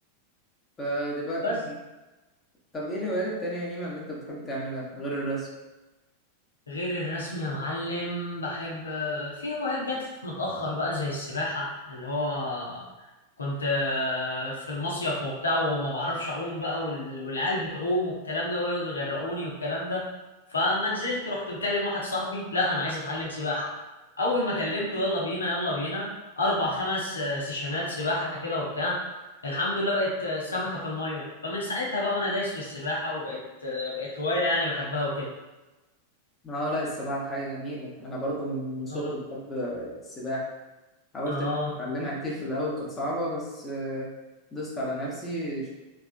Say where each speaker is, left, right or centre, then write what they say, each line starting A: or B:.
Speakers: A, on the left (about 20°); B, on the left (about 75°).
A: فدلوقتي
B: بس
A: انت طب ايه الهوايات التانية يا هيما اللي انت بتحب تعملها غير الرسم
B: غير الرسم يا معلم بحب في هوايات جت متأخر بقى زي السباحة اللي هو كنت آه، في المصيف وبتاع وما بعرفش أعوم بقى وال- والعيال بتعوم والكلام ده ويقعدوا يغرقوني والكلام ده فما نزلت رحت مكلم واحد صاحبي لا أنا عايز أتعلم سباحة أول ما كلمته يلا بينا يلا بينا أربع خمس آه، سيشنات سباحة كده وبتاع الحمد لله بقت آه، سمكة في المية فمن ساعتها بقى وأنا دايس في السباحة وبقت آه، بقت هواية يعني بحبها
A: اه لا السباحة حاجة جميلة أنا برضو من صغري
B: وكده
A: بحب السباحة حاولت
B: اه
A: أتعلمها كتير في الأول كانت صعبة بس آه، دوست على نفسي